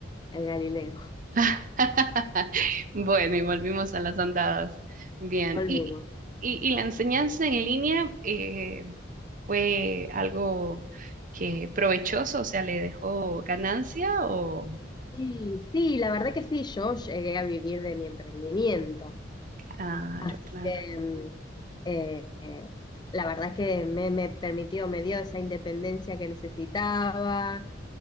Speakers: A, on the left; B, on the right.
A: el Galileo. <laughs>
B: <laughs> Bueno, y volvimos a las andadas. Bien,
A: Volvimos.
B: y, y, y la enseñanza en línea eh, fue algo que provechoso, o sea, le dejó ganancia o...
A: Y sí, la verdad que sí, yo llegué a vivir de mi emprendimiento.
B: Claro,
A: Así
B: claro.
A: que mm, eh, eh, la verdad que me, me permitió, me dio esa independencia que necesitaba